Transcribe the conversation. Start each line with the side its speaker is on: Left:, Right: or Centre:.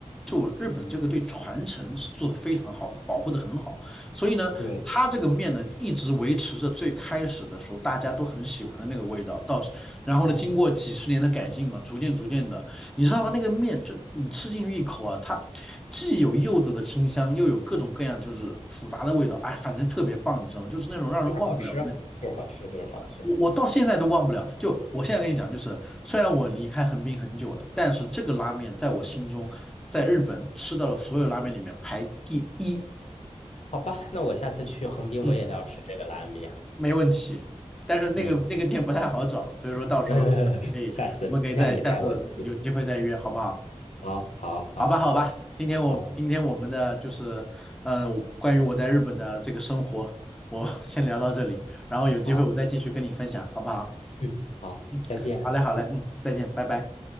Centre: 就日本这个对传承是做的非常好的，保护的很好，所以呢，
Left: 对对对，
Centre: 它这个面呢一直维持着最开始的时候大家都很喜欢的那个味道，到然后呢，
Left: 哦
Centre: 经过几十年的改进嘛，逐渐逐渐的，你知道吗？那个面就你吃进去一口啊，它既有柚子的清香，又有各种各样就是复杂的味道，哎，反正特别棒，你知道吗？就是那种让人忘不了的那种。
Left: 就是好吃，就是好吃，就是好吃。
Centre: 我我到现在都忘不了，就我现在跟你讲，就是虽然我离开横滨很久了，但是这个拉面在我心中，在日本吃到了所有拉面里面排第一，
Left: 好吧，那我下次去横滨，
Centre: 嗯，
Left: 我也要吃这个拉面。
Centre: 没问题。但是那个那个店不太好找，
Left: 嗯，
Centre: 所以说到时候可以，
Left: <laughs> 下次让你带我去。
Centre: 我们可以再下次有机会再约，
Left: 嗯
Centre: 好不好？
Left: 好，好，好，
Centre: 好吧，好吧，今天我今天我们的就是，
Left: 好，
Centre: 嗯，关于我在日本的这个生活，我 <laughs> 先聊到这里，然后有机会我再继续跟你分享，
Left: 好，
Centre: 好不好？
Left: 嗯，好，
Centre: 嗯，
Left: 再见，
Centre: 好嘞，好嘞，嗯，再见，拜拜。